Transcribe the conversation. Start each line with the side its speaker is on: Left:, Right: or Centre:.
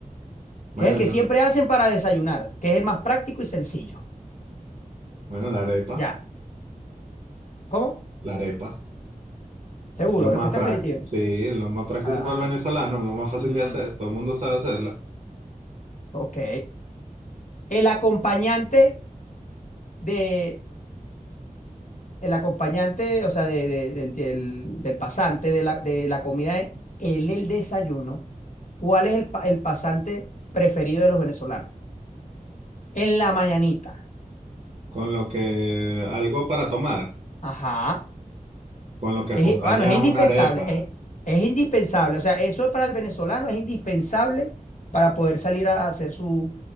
Right: Bueno,
Left: que es el que
Right: yo
Left: siempre hacen para desayunar, que es el más práctico y sencillo.
Right: Bueno, la arepa,
Left: Ya. ¿Cómo?
Right: la arepa.
Left: Seguro,
Right: Es lo más
Left: respuesta
Right: práctico,
Left: definitiva.
Right: sí, es lo más práctico
Left: Ah,
Right: para el venezolano, lo más fácil
Left: mm,
Right: de hacer, todo el mundo sabe hacerla.
Left: ok. El acompañante de, el acompañante, o sea, de- de- del, del- del pasante de la, de la comida, es el, el desayuno. ¿Cuál es el, pa- el pasante preferido de los venezolanos? En la mañanita.
Right: Con lo que, algo para tomar,
Left: Ajá.
Right: con lo que
Left: Que,
Right: acompañas
Left: es- bueno, es indispensable,
Right: una arepa.
Left: es, es indispensable. O sea, eso es para el venezolano, es indispensable para poder salir a hacer su,